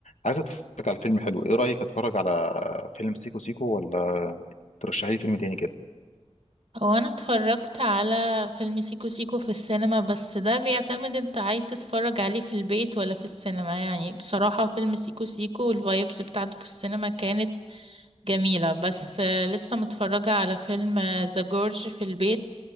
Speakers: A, on the left; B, on the right.
A: عايز اتفرج على فيلم حلو ايه رايك اتفرج على فيلم سيكو سيكو ولا ترشحي لي فيلم تاني كده
B: هو انا اتفرجت على فيلم سيكو سيكو في السينما بس ده بيعتمد انت عايز تتفرج عليه في البيت ولا في السينما يعني بصراحة فيلم سيكو سيكو والفايبس بتاعته في السينما كانت جميلة بس آه، لسه متفرجة على فيلم ذا جورج في البيت